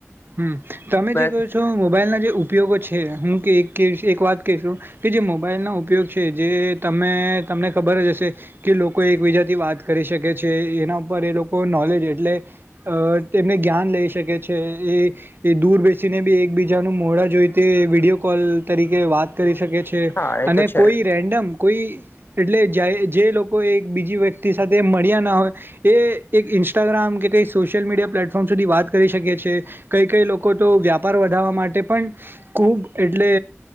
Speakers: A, on the right (about 50°); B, on the left (about 50°).
A: હમ તમે
B: મેં-
A: જે કહો છો મોબાઈલ ના જે ઉપયોગો છે હું કે એક વાત કશું કે જે મોબાઈલનો ઉપયોગ છે જે તમે તમને ખબર જ હશે કે લોકો એકબીજાથી વાત કરી શકે છે એના ઉપર એ લોકો નો કોલેજ એટલે અ એમને જ્ઞાન લઈ શકે છે એ એ દૂર બેસીને બી એકબીજાનું મોડા જોઈ તે વિડીયો કોલ તરીકે વાત કરી શકે છે
B: હા એ
A: અને
B: તો છે
A: કોઈ રેન્ડમ કોઈ એટલે જાય જે લોકો એક બીજી વ્યક્તિ સાથે મળ્યા ના હોય એ એક ઈન્સ્ટાગ્રામ કે કઈ સોશલ મીડિયા પર પ્લેટફોર્મ સુધી વાત કરી શકીએ છે કઈ કઈ લોકો તો વ્યાપાર વધારવા માટે પણ ખૂબ એ એટલે